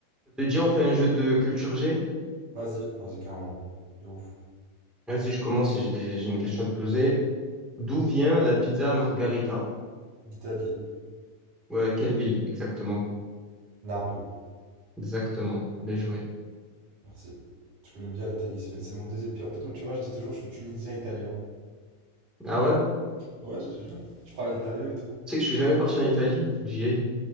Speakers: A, in the centre; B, on the right.
A: Ça te dit, on fait un jeu de culture G?
B: Vas-y, vas-y, carrément. De ouf.
A: Vas-y, je commence, j'ai des- j'ai une question à te poser. D'où vient la pizza Margarita?
B: L'Italie,
A: Ouais, quelle ville, exactement?
B: Naples,
A: Exactement, bien joué.
B: merci. Je connais bien l'Italie, c'est c'est mon deuxième pays. En fait, moi, tu vois, je dis toujours, je suis tunisien-italien.
A: Ah ouais?
B: Ouais, je te jure. Je parle italien et tout.
A: Tu sais que je suis jamais parti en Italie, faut que j'y aille.